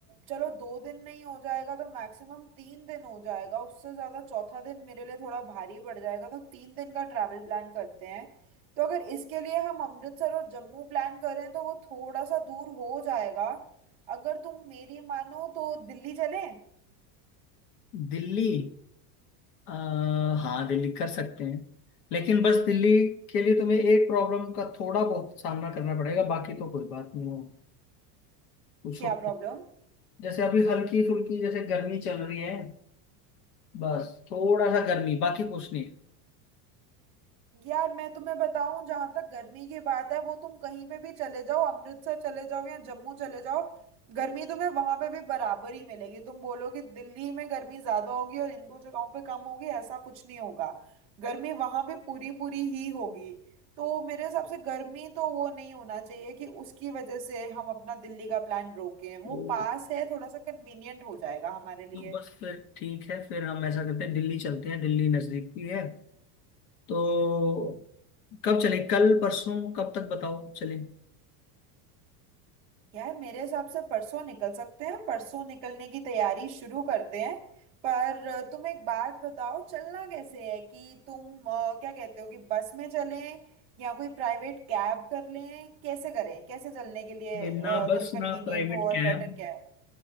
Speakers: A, on the right; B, on the left.
A: चलो दो दिन नहीं हो जाएगा तो मैक्सिमम तीन दिन हो जाएगा उससे ज्यादा चौथा दिन मेरे लिए थोड़ा भारी पड़ जाएगा तो तीन दिन का ट्रैवल प्लान करते हैं तो अगर इसके लिए हम अमृतसर और जम्मू प्लान करें तो वो थोड़ा सा दूर हो जाएगा अगर तुम मेरी मानो तो दिल्ली चलें
B: दिल्ली आ, हाँ दिल्ली कर सकते हैं लेकिन बस दिल्ली के लिए तुम्हें एक प्रॉब्लम का थोड़ा बहुत सामना करना पड़ेगा बाकी तो कोई बात नहीं हो पूछो
A: क्या प्रॉब्लम
B: जैसे अभी हल्की फुल्की जैसे गर्मी चल रही है बस थोड़ा सा गर्मी बाकी कुछ नहीं
A: यार मैं तुम्हें बताऊं जहां तक गर्मी की बात है वो तुम कहीं पे भी चले जाओ अमृतसर चले जाओ या जम्मू चले जाओ गर्मी तुम्हें वहां पे भी बराबर ही मिलेगी तुम बोलोगे दिल्ली में गर्मी ज्यादा होगी और इन दो जगहों पे कम होगी ऐसा कुछ नहीं होगा गर्मी वहां भी पूरी पूरी ही होगी तो मेरे हिसाब से गर्मी तो वो नहीं होना चाहिए कि उसकी वजह से हम अपना दिल्ली का प्लान रोकें वो
B: है।
A: पास है थोड़ा सा कन्वीनियंट हो जाएगा हमारे लिए
B: तो बस फिर ठीक है फिर हम ऐसा करते हैं दिल्ली चलते हैं दिल्ली नजदीक भी है तो कब चलें कल परसों कब तक बताओ चलें
A: यार मेरे हिसाब से परसों निकल सकते हैं परसों निकलने की तैयारी शुरू करते हैं पर अ, तुम एक बात बताओ चलना कैसे है कि तुम अ, क्या कहते हो कि बस में चलें या कोई प्राइवेट कैब कर लें कैसे करें कैसे चलने के लिए
B: नहीं,
A: अ,
B: ना बस
A: तुम कन्वीनियंट
B: ना प्राइवेट
A: हो और
B: कैब
A: बेटर क्या है